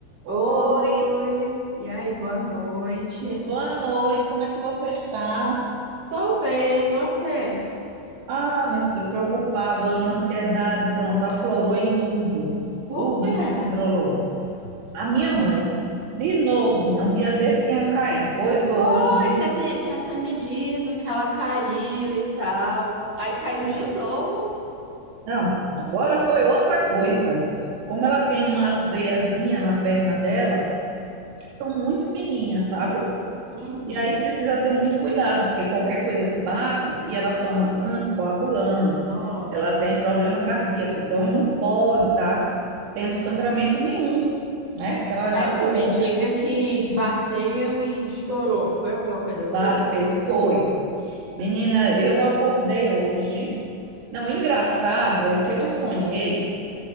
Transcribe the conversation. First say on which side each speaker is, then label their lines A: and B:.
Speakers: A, on the right; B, on the right.
A: Oi,
B: Oi,
A: e aí, boa noite.
B: boa noite, como é que você está?
A: Tô bem, e você?
B: Ah, minha filha, preocupada, hoje uma ansiedade, pronto, aflorou em tudo,
A: Por
B: tudo
A: quê?
B: descontrolou. A minha mãe, de novo, menina, um dia desse tinha caído, pois hoje,
A: Pois, você te- tinha até me dito que ela caiu e tal. Aí caiu
B: né?
A: de novo?
B: Não, agora foi outra coisa. Como ela tem umas veiazinhas na perna dela, são muito fininhas, sabe?
A: Uhum.
B: E aí precisa ter muito cuidado, porque qualquer coisa que bate e ela toma anticoagulante,
A: Nossa.
B: ela tem problema cardíaco, então ela não pode estar tendo sangramento nenhum, né? Porque ela
A: Aí
B: já tomou,
A: não me diga que bateu e estourou. Foi alguma coisa assim?
B: bateu, foi. Menina, eu acordei hoje. Não, o engraçado é que eu sonhei